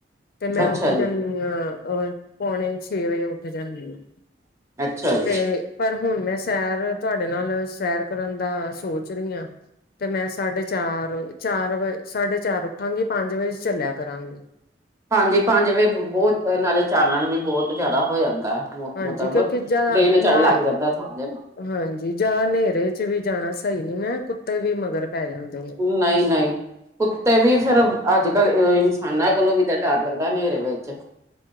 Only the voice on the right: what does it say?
ਅੱਛਾ
ਜੀ,
ਅੱਛਾ ਜੀ।
ਹਾਂਜੀ ਪੰਜ ਵਜੇ ਬੋਤ ਨਾਲੇ ਚਾਨਣ ਵੀ ਬੋਤ ਜਾਦਾ ਹੋ ਜਾਂਦਾ। ਮੁੱ
ਮਤਬ
ਦਿਨ ਚੜ
ਲੱਗ ਜਾਂਦਾ ਥੋੜਾ ਜਿਨਾ।
ਨਈ - ਨਈ। ਕੁੱਤੇ ਵੀ ਫੇਰ ਅੱਜ ਕੱਲ ਇਨਸਾਨਾਂ ਕੋਲੋਂ ਵੀ ਤਾਂ ਡਰ ਲੱਗਦਾ ਨੇਰੇ ਵਿੱਚ।